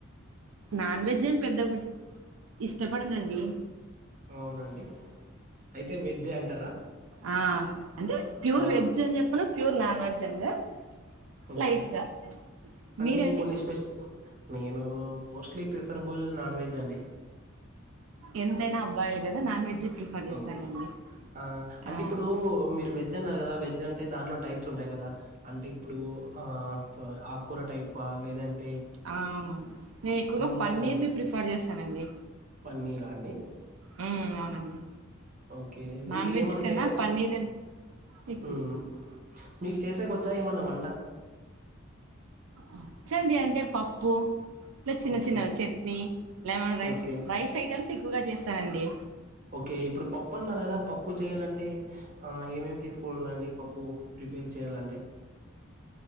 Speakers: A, on the right; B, on the right.
A: నాన్ వెజ్ ఏం పెద్ద ఇష్టపడినండి
B: అవునండి అయితే వెజ్జే అంటారా
A: ఆ అంటే ప్యూర్
B: ఆ
A: వెజ్ అని చెప్పను ప్యూర్ నాన్ వెజ్ అంది కదా
B: ఓకే
A: లైట్ గా
B: అంటే
A: మీరండి
B: కొన్ని స్పెస్ నేను మోస్ట్లీ ప్రిఫరబుల్ నాన్ వెజ్ అండి
A: ఎంతైనా అబ్బాయిలు కదా నాన్ వెజ్ ప్రిఫర్ చేస్తానండి
B: అవు ఆ అంటే
A: ఆ
B: ఇప్పుడు మీరు వెజ్ వెజ్ అన్నారు కదా వెజ్ అంటే దానిట్లో టైప్స్ ఉంటాయి కదా అంటే ఇప్పుడు ఆ ఆకూర టైపా లేదంట
A: ఆ అవును నేను ఎక్కువగా
B: ఉంటాయి
A: పన్నీర్
B: కదండీ.
A: ని ప్రిఫర్ చేస్తానండి
B: పన్నీరా అండి
A: మ్ అవునండి
B: ఓకే మీకు
A: నాన్ వెజ్
B: ఏమన్నా
A: కన్నా
B: చేయడం
A: పన్నీర్ అంటే ఎక్కువ
B: మ్
A: ఇష్టం అండి
B: మీకు చేసేకి వచ్చా ఏమన్నా వంట
A: వచ్చండి అంటే పప్పు ఇట్లా చిన్న
B: ఓకే.
A: చిన్నవి chutney lemon rice
B: okay.
A: Rice items ఎక్కువగా చేస్తానండి
B: ఓకే ఇప్పుడు పప్పు అన్నారు కదా పప్పు చేయాలంటే ఆ ఏమేమి తీసుకోళ్లండి పప్పు ప్రిపేర్ చేయాలంటే